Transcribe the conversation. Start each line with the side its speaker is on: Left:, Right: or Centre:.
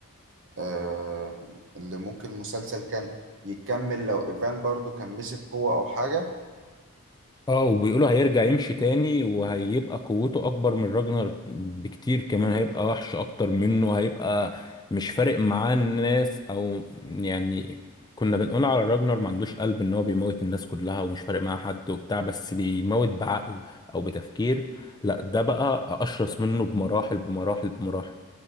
Right: آه، اللي ممكن المسلسل كان يكمل لو ايفان برضو كان مسك قوة او حاجة
Left: اه وبيقولوا هيرجع يمشي تاني وهيبقى قوته اكبر من راجنر بكتير كمان هيبقى وحش اكتر منه هيبقى مش فارق معاه الناس او يعني كنا بنقول على راجنر ما عندوش قلب ان هو بيموت الناس كلها ومش فارق معاه حد وبتاع بس بيموت بعقل او بتفكير لا ده بقى اشرس منه بمراحل بمراحل بمراحل